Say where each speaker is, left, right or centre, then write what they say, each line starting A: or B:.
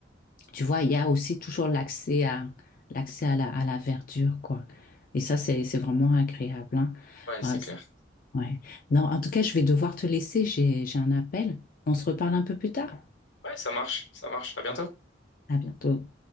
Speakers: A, on the left; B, on the left.
A: tu vois, il y a aussi toujours l'accès à, l'accès à la, à la verdure, quoi. Et ça, c'est, c'est vraiment agréable, hein.
B: ouais, c'est
A: Ouais,
B: clair.
A: Ouais. Non, en tout cas, je vais devoir te laisser. J'ai, j'ai un appel. On se reparle un peu plus tard.
B: Ouais, ça marche, ça marche. À bientôt.
A: À bientôt.